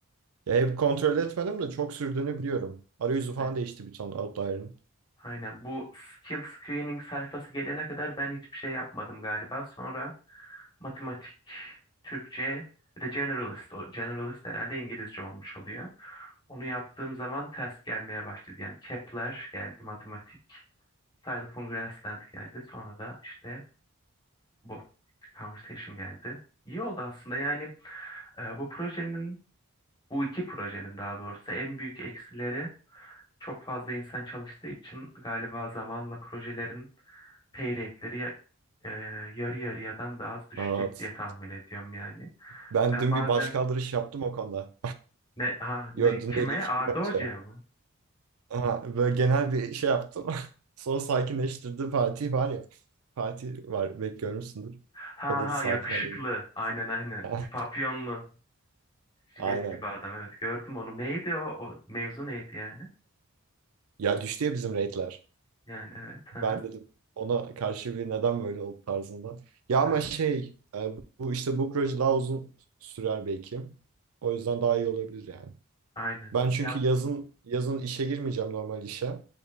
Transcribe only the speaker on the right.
Ya hep kontrol etmedim de çok sürdüğünü biliyorum. Arayüzü falan
değişti bir ton Outlier'ın.
Evet.
Ben
dün
bir başkaldırış yaptım o konuda.
Yo dün
değil iki
gün önce.
Aha, böyle genel bir şey yaptım. <laughs> Sonra sakinleştirdi Fatih var ya. Fatih var belki görmüşsündür.
O dedi
sakin
olalım.
<laughs>
Aynen.
Ya düştü ya bizim rate'ler.
Ben dedim ona karşı bir neden böyle oldu tarzında. Ya
ama şey e, bu işte bu proje daha uzun sürer belki. O yüzden daha iyi olabilir yani.
Ben
çünkü yazın yazın işe girmeyeceğim normal işe.